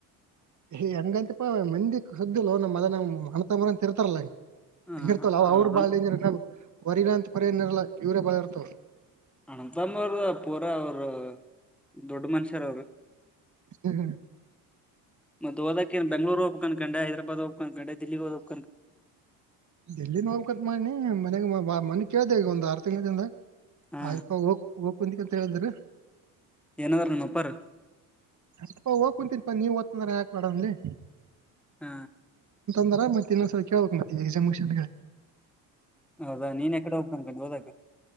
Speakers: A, on the right; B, in the centre.
A: ಏ್ ಹಂಗಂತಿಪಾ ಮಂದಿ ಸುದ್ದಿಲ್ಲ ನಮ್ಮ್ ಅದ ನ್ ಅಣತಂಬರ ಅಂತ ಇರ್ತಾರಲ್ಲ
B: ಹ
A: ಇರ್ತಲ್ಲ ಅವ್ರರು ಬಾಳಂಗ ನ ಹೊರಿಲ್ಲಾ ಅಂತ ಪರಿನ್ ಇರಲ್ಲಾ ಇವ್ರ ಬಾಳ ಇ ತ್ತು
B: ಅನಂತಂಬ ಅವ್ರದ ಪೂರ ಅವರು ದೊಡ್ಡ ಮನುಷ್ಯರ ಅವರು
A: ಹ್ಮ್
B: ಮದ್ಓದಕ ನ್ ಬೆಂಗ್ೂರು ಹಬ ಕಂಡ ಹೈದರಾಾದ್ ಹಬ್ ಕನ್ಕಂಡೆಲ್ಲಿ ಹಓದಕ್
A: ಎಲ್ಲಿನ್ ಹೋಗಕತ್ ಮಾಡಿ ಮನಯಾಗ ಮನ ಕ್ದೇಕಗ ಒಂದು ಆರ್ ತಿಂಗದಿಂದ
B: ಹಾ
A: ಆಯ್ಪಾ ಹೋಗ ಹೋಗ ಕುಂತಿಕಂತ ಹೇಳಿದ್ರ
B: ಏನ ತಾರ್ಣೊಪ್ಪಾರ
A: ಅಲ್ಪಾ ಹೋಗ್ ಕುಂತೀನ್ಪಾ ನೀವ ಓದ್ನ್ರ ಯಾಕ್ ಮಾಡಡ ಅಲ್ಲಿ
B: ಹ್ಮ
A: ಂದರ ಮತ್ತೆ ಇನ್ನೊಂದ್ಸ ಕೇಳ್ಬೇಕು ಮತ್ತ ಈ ಮುಷನ್
B: ಹೌದಾ ನೀನ್ ಯಕಡೆ ಹೋಗ್ನ್ ಕಂಡು ಹೋದಾಗ